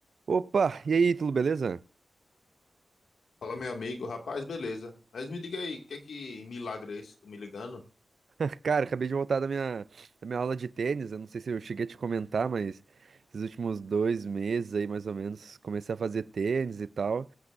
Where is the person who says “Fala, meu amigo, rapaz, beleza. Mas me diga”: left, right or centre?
Left